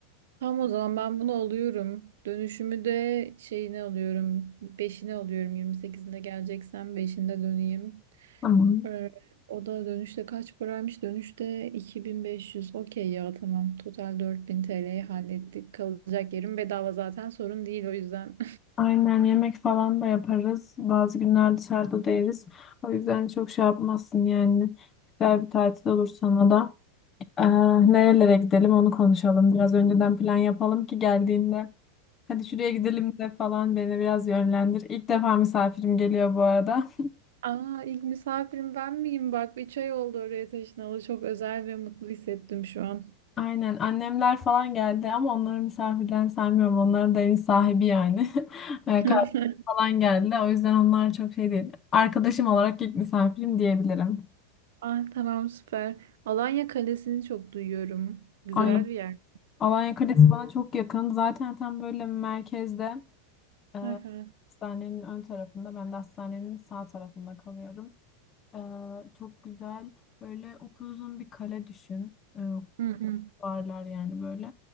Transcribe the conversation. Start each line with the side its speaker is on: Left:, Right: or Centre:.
Right: Tamam o zaman ben bunu alıyorum. Dönüşümü de şeyini alıyorum. Beşini alıyorum. 28'inde geleceksem beşinde döneyim.
Left: Tamam.
Right: Ee, o da dönüşte kaç paraymış? Dönüşte 2500. Okey ya tamam. Total 4000 TL'yi hallettik. Kalacak yerim bedava zaten sorun değil o yüzden.
Left: Aynen yemek falan da yaparız. Bazı günler dışarıda da yeriz. O yüzden çok şey yapmazsın yani. Güzel bir tatil olur sana da. Ee, nerelere gidelim onu konuşalım. Biraz önceden plan yapalım ki geldiğinde. Hadi şuraya gidelim de falan beni biraz yönlendir. İlk defa misafirim geliyor bu arada.
Right: <laughs> Aa ilk misafirim ben miyim? Bak 3 ay oldu oraya taşınalı. Çok özel ve mutlu hissettim şu an.
Left: <laughs> Aynen annemler falan geldi ama onları misafirden saymıyorum. Onların da evin sahibi yani. <laughs> Ee,
Right: <laughs>
Left: Kardeşim falan geldi. O yüzden onlar çok şey değil. Arkadaşım olarak ilk misafirim diyebilirim.
Right: Ah tamam süper. Alanya Kalesi'ni çok duyuyorum. Güzel
Left: Ay.
Right: bir yer.
Left: Alanya Kalesi bana çok yakın. Zaten tam böyle merkezde e,
Right: Hı hı.
Left: hastanenin ön tarafında. Ben de hastanenin sağ tarafında kalıyorum. E, çok güzel böyle upuzun bir kale düşün. E,
Right: Hı hı.
Left: varlar yani böyle.